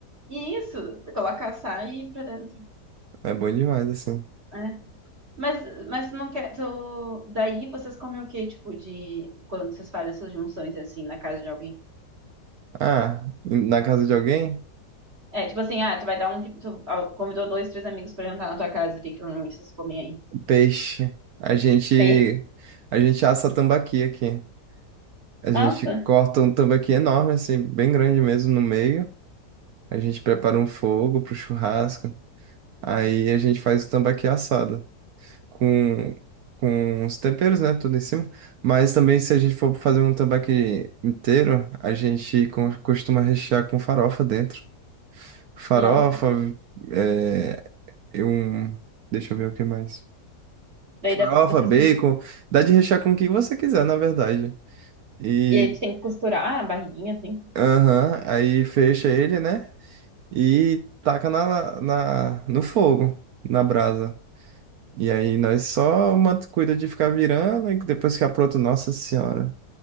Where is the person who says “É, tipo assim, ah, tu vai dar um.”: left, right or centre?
Right